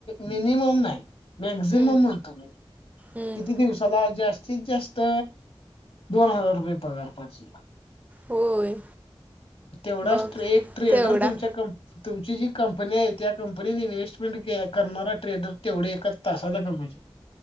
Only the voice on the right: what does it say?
हम्म
हम्म
होय.
मग
तेवढा